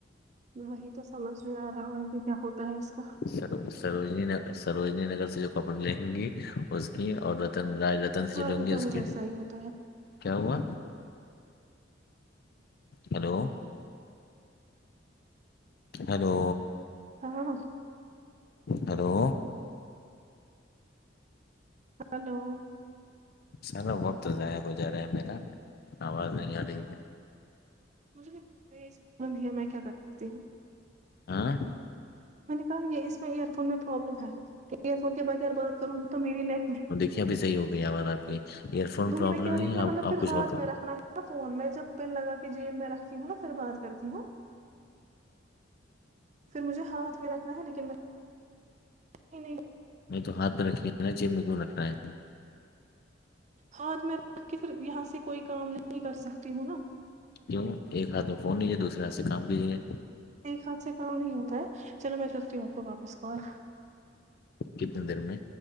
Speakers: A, on the right; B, on the left.
A: وہی تو سمجھ نہیں آ رہا آخر کیا ہوتا ہے اس کا
B: سر سروجنی سروجنی نگر سے جو کپڑے لہیں گی اس کی اور رتن رتن سے
A: ہاں
B: جو لیں
A: ان
B: گی
A: کا
B: اس
A: بھی
B: کی
A: ویسا ہی ہوتا ہے
B: کیا ہوا ہیلو ہلو
A: ہاں
B: ہلو
A: ہلو
B: سرا وقت ضائع ہو جا رہا ہے میرا آواز نہیں آ رہی ہے
A: <unintelligible>
B: ہاں
A: میں نے کہا یہ اس میں ایئر فون میں پرابلم ہے کہ ایئر فون کے بغیر بات کروں تو میری لائف میں
B: یہب بھیحی ہو گئییا آ بار آپ کی ایئر فون
A: وہیں
B: پرابلم
A: میں کہہ
B: نہیں
A: رہی ہوں نا
B: آپ
A: مطلب
B: آپ
A: پھر
B: کچھ
A: ہاتھ
B: اور کر
A: میں رکھنا ہے فون میں جب پن لگا کے جیب میں رکھتی ہوں نا پھر بات کرتی ہوں پھر مجھے ہاتھ میں رکھنا ہے لیکن میں نہیں
B: میں تو ہاتھہ رکھ ل ہے نا چین میں کیوں رکھ رہا ہے
A: ہاتھ میں رکھ کے پھر یہاں سے کوئی کام نہیں کر سکتی ہوں نا
B: کیوں ایک ہاتھ میں فون لیجیے دوسرے ہاتھ سے کام کیجیے
A: ایک ہاتھ سے کام نہیں ہوتا ہے چلو میں کرتی ہوں آپ کو واپس کال
B: کتنے دیر میں